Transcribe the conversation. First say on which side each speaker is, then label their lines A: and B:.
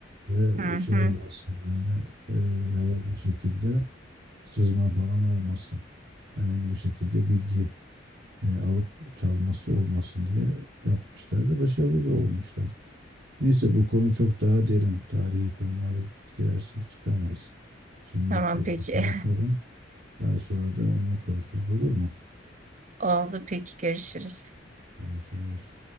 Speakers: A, on the right; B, on the right.
A: ve
B: hı
A: şey
B: hı.
A: olmasın yani e, herhangi bir şekilde sızma falan olmasın. Herhangi bir şekilde bilgi e, alıp çalması olmasın diye yapmışlar da başarılı da olmuşlar. Neyse bu konu çok daha derin. Tarihi konulara girersek çıkamayız. Şimdilik
B: Tamam
A: burada
B: peki.
A: şey yapalım. Daha sonra da onu konuşuruz olur mu?
B: <laughs> Oldu peki görüşürüz.
A: Görüşürüz.